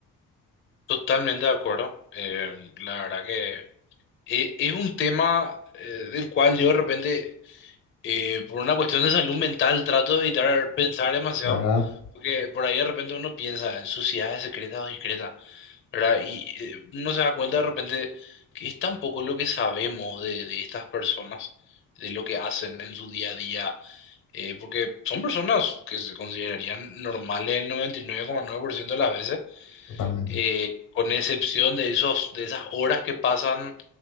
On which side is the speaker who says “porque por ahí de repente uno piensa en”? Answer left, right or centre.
Left